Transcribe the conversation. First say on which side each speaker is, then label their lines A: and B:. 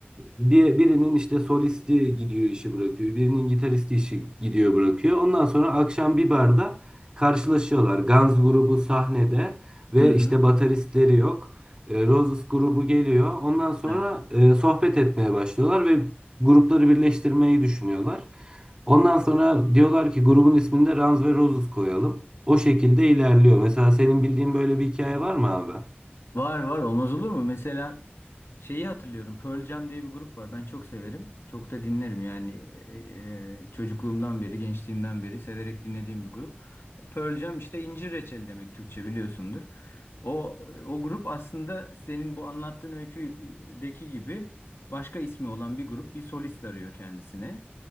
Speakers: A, on the right (about 20°); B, on the left (about 80°).
A: bir, birinin işte solisti gidiyor işi bırakıyor. Birinin gitaristi işi gidiyor bırakıyor. Ondan sonra akşam bir barda karşılaşıyorlar. Guns grubu sahnede ve
B: Hı hı.
A: işte bateristleri yok. Ee, Roses grubu geliyor. Ondan sonra
B: Evet.
A: e, sohbet etmeye başlıyorlar ve grupları birleştirmeyi düşünüyorlar. Ondan sonra diyorlar ki grubun ismini de Guns ve Roses koyalım. O şekilde ilerliyor. Mesela senin bildiğin böyle bir hikaye var mı abi?
B: Var var olmaz olur mu? Mesela şeyi hatırlıyorum. Pearl Jam diye bir grup var. Ben çok severim. Çok da dinlerim yani e, e, çocukluğumdan beri, gençliğimden beri severek dinlediğim bir grup. Pearl Jam işte incir reçeli demek Türkçe biliyorsundur. O o grup aslında senin bu anlattığın öyküdeki gibi başka ismi olan bir grup bir solist arıyor kendisine.